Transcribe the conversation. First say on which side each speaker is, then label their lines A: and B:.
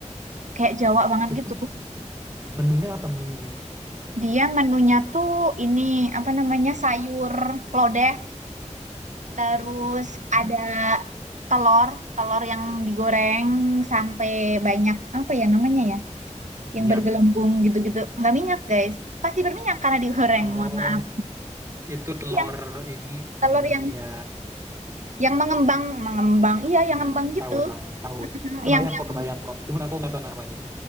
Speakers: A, on the right; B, on the right.
A: Kayak Jawa banget
B: Itu
A: gitu.
B: menunya apa menunya?
A: Dia menunya tuh ini apa namanya? sayur lodeh. Terus
B: Mm-mm.
A: ada telur, telur yang digoreng sampai banyak apa ya namanya ya,
B: Minyak.
A: yang bergelembung gitu-gitu. Nggak minyak guys, pasti berminyak karena digoreng.
B: Oh,
A: Mohon maaf.
B: itu telur
A: Yang
B: ini apa
A: telur
B: namanya
A: yang
B: ya?
A: yang mengembang, mengembang, iya
B: Iya,
A: yang ngembang gitu.
B: tahu tahu tahu.
A: Mhm,
B: Kebayang
A: Yang yang
B: kok, kebayang kok. Cuman aku nggak tahu namanya.